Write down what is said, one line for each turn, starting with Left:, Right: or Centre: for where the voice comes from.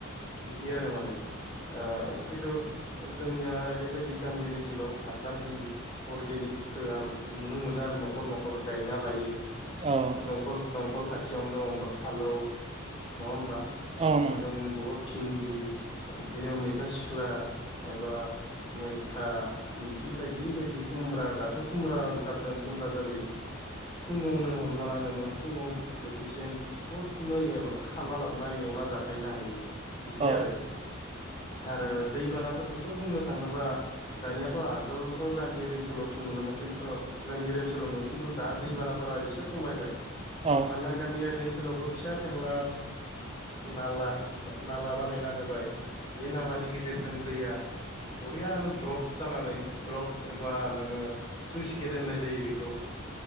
Left: बिदि आरो माने ओ खिन्थु जोंनिया ओरैबायदि गामियारि ओनसोलाव हासार होयो। अर्गेनिकखौ आं नुनो मोनो आरो न'खर न'खर गायना लायो
Right: औ
Left: दम
Right: औ
Left: दमखल खाथि खाथियावनो हबा फालौ नङा होमबा?
Right: औ नंगौ
Left: जों बबेबा भिन्दि बेनिा मैथा सिख्ला एबा मैथा बिदि बायदि बायदि खुमब्रा दाथ' खुमब्रा ओंखारदों खुमब्रााजालि फुङावनो हमना ला नोङो फुङाव बोथिसे बथ नै खाना लाबोना एवना जाखायनो हायो बिदि
Right: औ
Left: आरो। आरो दैबानाफोरखौथ' बुंनो थाङोबा दानियाथ' आगोलथ' गामियारि ओनसोलावसो नुयो खिनथु गामियारि ओनसोलाव नुनो खिन्थु दा दैबानाफोरा एसे खमायबाय
Right: औ
Left: मानोना गामियारि ओनसोलावबो फिसा फिनला नाला नाला बानायना होबाय। बे नालानि गेजेरजों दैया बरियाानो द्रप जानानै द्रप एबा नोङो सुइस गेट होननाय जायो बेखौ